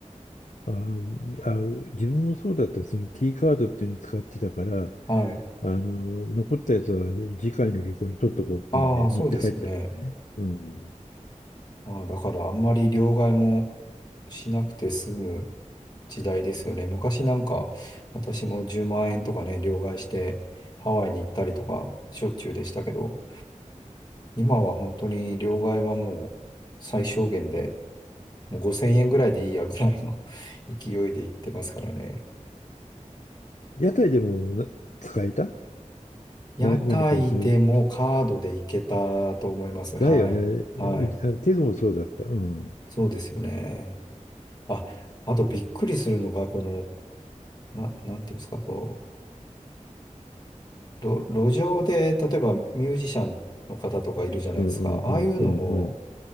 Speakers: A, on the left (about 70°); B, on the left (about 30°).
A: ああ自分もそうだったその T カードっていうの使ってたから
B: はい。
A: あの残ったやつは次回の旅行に取っとこうっていうんで持って帰ったけどね、
B: ああ、そうですよね。
A: うん、
B: ああ、だからあんまり両替もしなくて済む時代ですよね。昔なんか私も10万円とかね、両替してハワイに行ったりとかしょっちゅうでしたけど、今は本当に両替はもう最小限でもう5000円ぐらいでいいやぐらいの <laughs> 勢いで行ってますからね。
A: 屋台でもな使えた
B: 屋台でもカードで行けたと思います。
A: な何かそういうだよね。
B: はい。
A: うちあのテゾもそうだった。
B: はい。
A: うん。
B: そうですよね。あ、あとびっくりするのが、この、な、なんていうんですか、こう、路、路上で、例えばミュージシャンの方とかいるじゃないですか。
A: うんうんうんうんうん。
B: ああいうのも、